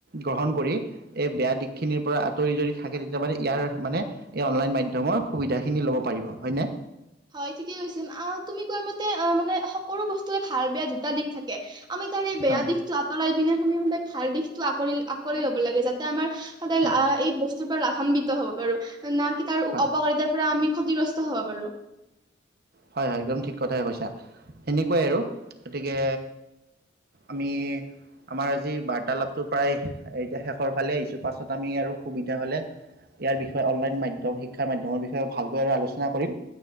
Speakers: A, on the right; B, on the right.
A: গ্ৰহণ কৰি এই বেয়া দিশ খিনিৰ পৰা আঁতৰি যদি থাকে তেতিয়া মানে ইয়াৰ মানে এই অনলাইন মাধ্যমৰ সুবিধা খিনি লব পাৰিব হয়নে
B: হয় ঠিকেই কৈছ তুমি কোৱা মতে অ মানে সকলো বস্তুৰে ভাল বেয়া দুটা দিশ থাকে আমি তাৰ এই বেয়া
A: হয়
B: দিশতটো আঁতৰাই পিনে আমি সদায় ভাল দিশতটো আকোৱালি আকোৱালি ল'ব লাগে যাতে আমাৰ সদায়
A: হয়
B: এই বস্তু লাভান্বিত হ'ব পৰো না কিবা তাৰ
A: হয়
B: অপকাৰিতাৰ পৰা আমি ক্ষতিগ্ৰস্ত হ'ব বাৰু
A: হয় হয় একদম ঠিক কথাইে কৈছা সেনেকুৱাই আৰু গতিকে আমি আমাৰ আজি বাৰ্তালাপটো প্ৰায় এতিয়া শেষৰ ফালে আহিছো পাছত আমি আৰু সুবিধা হ'লে ইয়াৰ বিষয়ে অনলাইন মাধ্যম শিক্ষাৰ মাধ্যমৰ বিষয়ে ভালকৈ আৰু আলোচনা কৰিম